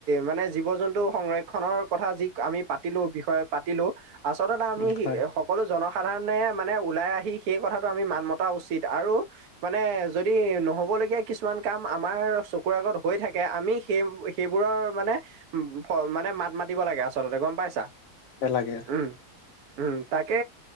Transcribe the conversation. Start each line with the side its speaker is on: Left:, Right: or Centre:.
Right: মানে, জীৱ-জন্তু সংৰক্ষনৰৰ কথা যি আমি পাতিলো বিষয় পাতিলো। আচলতে দাদা আমি
Left: উম
Right: সি
Left: হয়
Right: সকলো জনসাধাৰণে মানে ওলাই আহি সেই কথা আমি মান মতা উচিত আৰু মানে যদি নহ'বলগীয়া কিছুমান কাম আমাৰ চকু আগত ত' হৈ থাকে আমি সেই, সেইবোৰৰ মানে উম, মানে মাত মাতিব লাগে আচলতে গম গম পাইছা।
Left: লাগে।
Right: উম, উম, তাকে